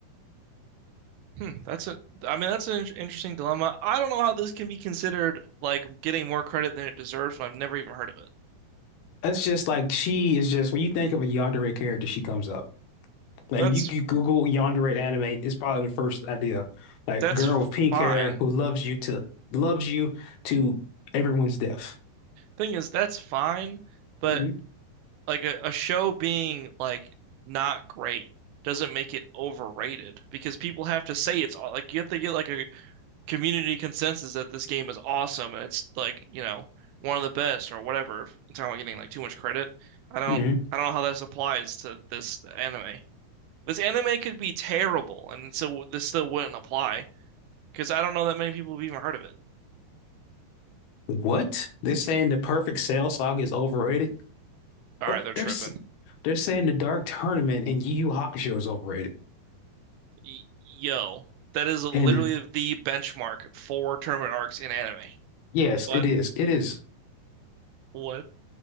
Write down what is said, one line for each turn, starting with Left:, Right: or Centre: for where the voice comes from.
Right: Hmm, that's a. I mean, that's an in- interesting dilemma. I don't know how this can be considered like getting more credit than it deserves, and I've never even heard of it.
Left: That's just like she is just when you think of a yandere character, she comes up. Like
Right: That's
Left: you, you Google yandere anime, it's probably the first idea. Like
Right: that's
Left: girl with pink
Right: fine.
Left: hair who loves you to loves you to everyone's death.
Right: Thing is, that's fine, but
Left: hmm
Right: like a, a show being like not great doesn't make it overrated because people have to say it's like you have to get like a community consensus that this game is awesome and it's like, you know, one of the best or whatever. If you're getting like too much credit. I don't
Left: hmm
Right: I don't know how this applies to this anime. This anime could be terrible and so this still wouldn't apply because I don't know that many people have even heard of it.
Left: What? They're saying the perfect Cell Saga is overrated.
Right: All
Left: What?
Right: right, they're
Left: They're
Right: tripping.
Left: s- they're saying the Dark Tournament and Yu Yu Hakusho is overrated.
Right: Y- yo, that is literally
Left: And
Right: the benchmark for tournament arcs in anime.
Left: yes,
Right: What?
Left: it is. It is.
Right: What?